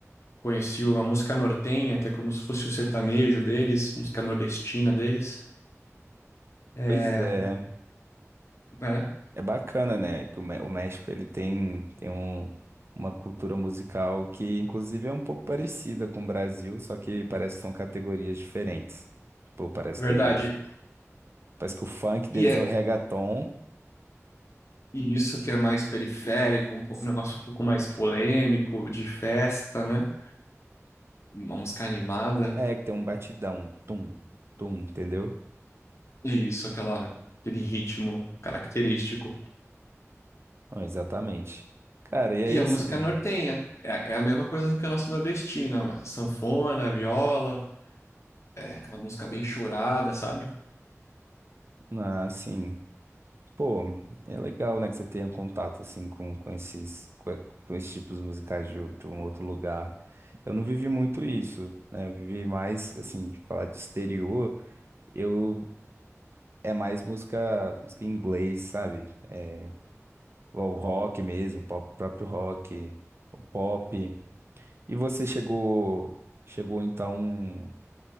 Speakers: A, on the left (about 60°); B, on the right (about 50°).
A: Conheci o- a música nortenha, que é como se fosse o sertanejo deles, música nordestina deles. É,
B: Pois é.
A: É,
B: É bacana, né? Que o, Mé- o México ele tem, tem um, uma cultura musical que, inclusive, é um pouco parecida com o Brasil, só que parece que são categorias diferentes. Tipo, parece
A: verdade.
B: que eles. Parece que o funk deles
A: E é
B: é o reggaeton,
A: e isso que é mais periférico, um pouco- um negócio um pouco mais polêmico, de festa, né? Uma música animada.
B: é, que tem um batidão, um tum, tum, entendeu?
A: E isso, aquela, aquele ritmo característico.
B: Não, exatamente. Cara, e aí,
A: E a
B: assim,
A: música nortenha. É, é a mesma coisa do que a nossa nordestina. né? Sanfona, viola, é aquela música bem chorada, sabe?
B: na- assim, pô, é legal, né, que você tenha contato, assim, com, com esses, com, com esses tipos musicais de, de um outro lugar. Eu não vivi muito isso, né? Eu vivi mais, assim, de falar de exterior, eu é mais música, música em inglês, sabe? É, o rock mesmo, o próprio rock, o pop. E você chegou, chegou então